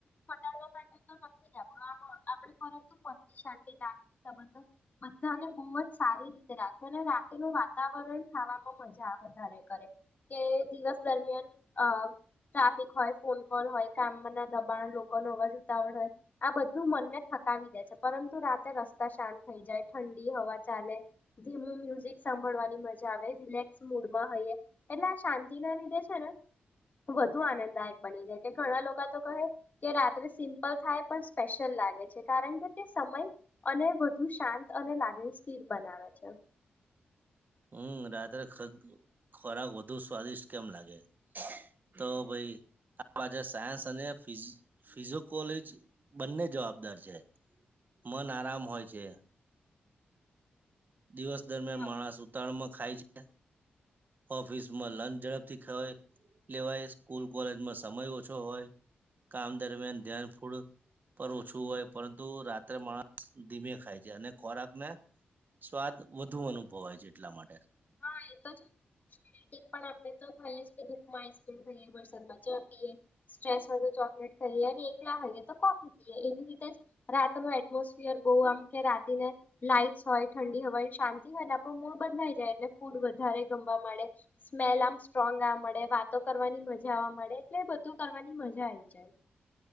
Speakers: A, on the left; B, on the right.
A: ઘટાડવા માટે તો નથી જ આપ આ આપ પરંતુ મન શાંતિ લાગબંધ બધાને બહુ જ સારી રીતે રાખે અને રાતેનું વાતાવરણ. <unintelligible> ખાવામાં મજા વધારે કરે. કે દિવસ દરમિયાન અ ટ્રાફિક હોય. ફોન કોલ હોય કામ ના દબાણ લોકો હોવા જો તાવણ હોય, આ બધું મનને થકાવી દે છે. પરંતુ રાતે રસ્તા શાંત થઈ જાય ઠંડી હવા ચાલે, ધીમું મ્યુઝિક સાંભળવાની મજા આવે રિલેક્સ મૂડમાં હઈએ, એટલે આ શાંતિ ના લીધે છે ને વધુ આનંદાયક બની જાય કે ઘણા લોકા તો કહે કે રાત્રે સિમ્પલ થાય પણ સ્પેશિયલ લાગે છે, કારણ કે તે સમય અને વધુ શાંત અને લાગણી સ્થિર બનાવે છે.
B: હમ રાત્રે ખદ- ખોરાક વધુ સ્વાદિષ્ટ કેમ લાગે તો ભાઈ આ પાછ સાયન્સ અને ફિઝકોલોજ બંને જવાબદાર છે, મન આરામ હોય છે દિવસ દરમિયાન
A: હા
B: માણસ ઉતાળમાં ખાય છે, ઓફિસમાં લંચ ઝડપથી ખવાય લેવાય સ્કૂલ કોલેજમાં સમય ઓછો હોય કામ દરમિયાન ધ્યાન ફૂડ પર ઓછું હોય, પરંતુ રાત્રે માણસ ધીમે ખાય છે અને ખોરાક ને સ્વાદ વધુ અનુભવાય છે, એટલા માટે.
A: હા એ પણ આપણે તોએ કે દુઃખમાં આઈમ ખાઈએ વરસાદમાં ચ પીએ સ્ટ્રેસ હોય તો ચોકલેટ ખાઈએ અને એકલા ખાઈએ તો કોફી પીએ, એવી રીતે જ રાત ન એટમોસફિયર બહુ આમ કે રાતીને લાઈટસ હોય ઠંડી હોવાય શાંતિ હોય આપણું મૂળ બદલાઈ જાય એટ ફૂડ વધારે ગમવા મળે સ્મેલ આમ સ્ટ્રોંગ આવા મળડે વાતો કરવાની મજા આવા મળે, એટલે બધું કરવાની મજા આવી જાય.